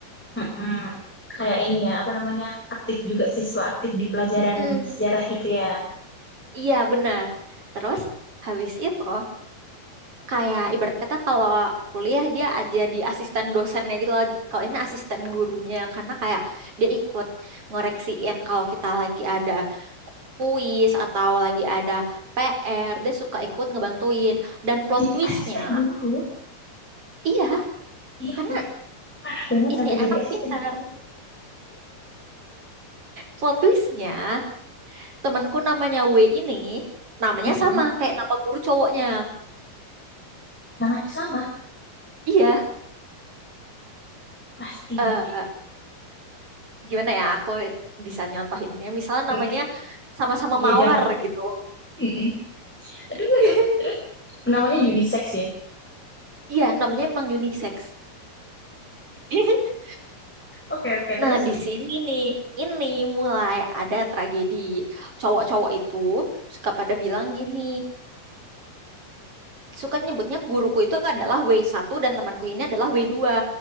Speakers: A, in the centre; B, on the right.
A: Mm-mm. Kayak ini ya, apa namanya, aktif juga, siswa aktif di pelajaran
B: Mm-mm.
A: sejarah gitu ya.
B: Iya benar. Terus habis itu kayak ibarat kata kalau kuliah dia aja di asisten dosennya gitu loh. Kalau ini asisten gurunya karena kayak dia ikut ngoreksiin kalau kita lagi ada kuis atau lagi ada PR, dia suka ikut ngebantuin. Dan plot
A: Jadi
B: twistnya,
A: asisten guru,
B: iya,
A: iya
B: karena
A: pun parah banget
B: ini
A: sampai jadi
B: anak
A: asisten
B: pintar.
A: guru.
B: Plot twistnya, temanku namanya W ini, namanya
A: Mm-mm.
B: sama kayak nama guru cowoknya.
A: Namanya sama,
B: Iya,
A: pasti
B: eh
A: Widi.
B: gimana ya, aku bisa nyontohinnya. Misalnya
A: Mm.
B: namanya sama-sama
A: Iya,
B: Mawar
A: jangan.
B: gitu.
A: Mm-mm. Aduh, aduh.
B: <laughs>
A: Terus, namanya unisex ya.
B: Iya, namanya emang unisex. <laughs>
A: Oke, oke, terus.
B: Nah, di sini nih, ini mulai ada tragedi. Cowok-cowok itu suka pada bilang gini, suka nyebutnya guruku itu adalah w satu dan temanku ini adalah w dua.